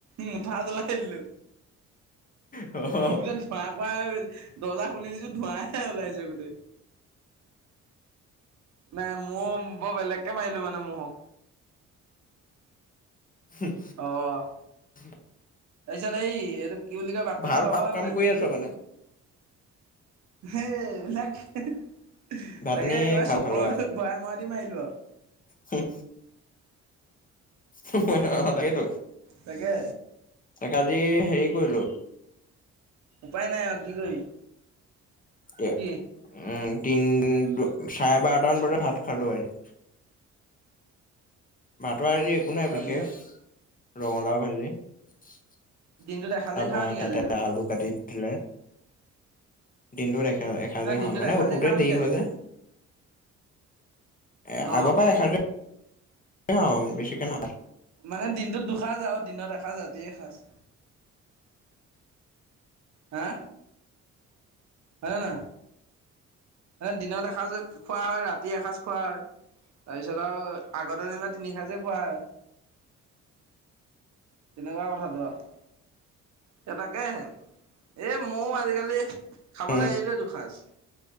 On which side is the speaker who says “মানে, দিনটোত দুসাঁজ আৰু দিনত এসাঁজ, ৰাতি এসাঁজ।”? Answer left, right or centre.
Right